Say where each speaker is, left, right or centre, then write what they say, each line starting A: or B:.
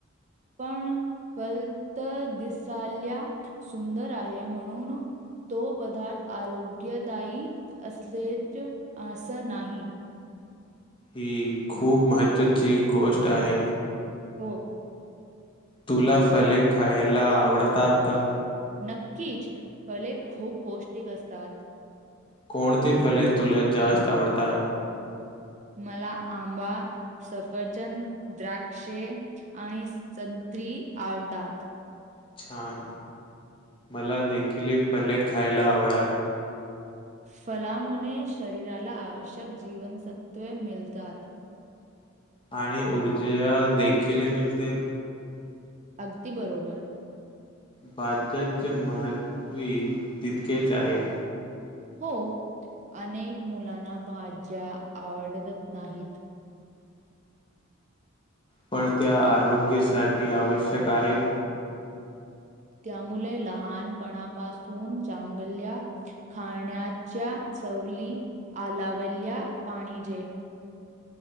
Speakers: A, on the right; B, on the left.
A: पण फलत दिसाला सुंदर आहे म्हणून तो पदार्थ आरोग्यदायी असलेच असं नाही
B: ही खूप महत्त्वाची गोष्ट आहे
A: हो
B: तुला फले खायला आवडतात का?
A: नक्कीच, फले खूप पौष्टिक असतात.
B: कोणती फले तुला जास्त आवडतात?
A: मला आंबा, सफरचंद, द्राक्षे आणि संत्री आवडात
B: छान, मला देखील फले खायला आवडत
A: फलामुळे शरीराला आवश्यक जीवनसत्त्वे मिळतात
B: आणि ऊर्जा देखील मिळते.
A: अगदी बरोबर
B: भाज्याच महत्व तितकेच आहे
A: हो अनेक मुलांना भाज्या आवडतत नाहीत.
B: पण त्या आरोग्यासाठी आवश्यक आहेत
A: त्यामुळेले लहानपणापासून चांगल्या खाण्याच्या सवली आलावल्या पाहीजेत